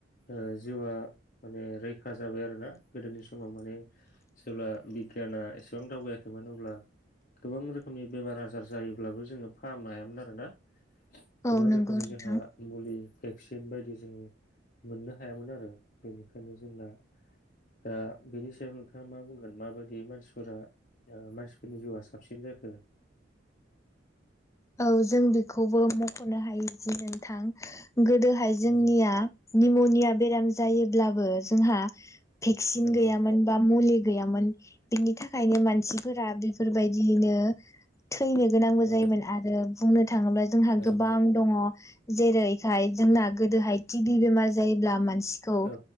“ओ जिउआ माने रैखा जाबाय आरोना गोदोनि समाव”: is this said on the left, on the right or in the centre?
Left